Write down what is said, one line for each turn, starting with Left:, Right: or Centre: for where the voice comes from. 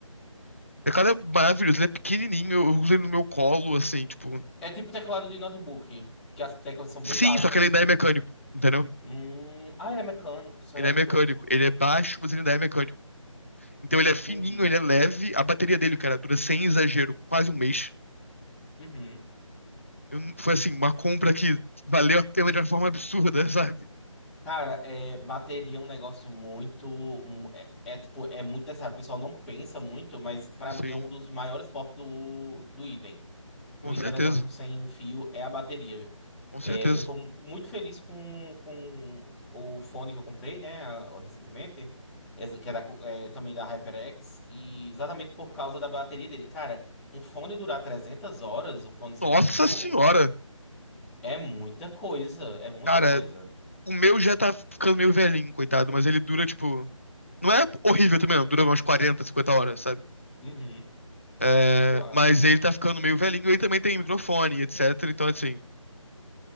Left: O teclado é maravilhoso, ele é pequenininho, eu uso ele no meu colo, assim, tipo.
Centre: É tipo teclado de notebook, que as teclas são
Left: Sim,
Centre: bem baixas.
Left: só que ele ainda é mecânico, entendeu?
Centre: Hum, ah, ele é mecânico, certo?
Left: Ele é mecânico. Ele é baixo, mas ele ainda é mecânico. Então ele
Centre: Entendi.
Left: é fininho, ele é leve. A bateria dele, cara, dura sem exagero quase um mês.
Centre: Uhum.
Left: Eu n- foi assim, uma compra que valeu a pena de uma forma absurda, <laughs> sabe?
Centre: Cara, é, bateria é um negócio muito. um- é, é tipo, é muito necessário. O pessoal não pensa muito, mas pra
Left: Sim,
Centre: mim é um dos maiores fortes do, do item.
Left: com
Centre: No item
Left: certeza.
Centre: eletrônico sem fio é a bateria.
Left: Com
Centre: É,
Left: certeza.
Centre: eu tô mu- muito feliz com, com o fone que eu comprei, né, a- recentemente, esse que é, da co- é, também da HyperX, e exatamente por causa da bateria dele. Cara, um fone durar 300 horas, um fone sem
Left: Nossa
Centre: fio,
Left: senhora!
Centre: é muita coisa, é muita
Left: Cara,
Centre: coisa.
Left: o meu já tá ficando meio velhinho, coitado, mas ele dura, tipo. Não é horrível também, não. Dura umas 40 50 horas, sabe?
Centre: Uhum,
Left: É,
Centre: que massa.
Left: mas ele tá ficando meio velhinho, ele também tem microfone, etc. Então, assim.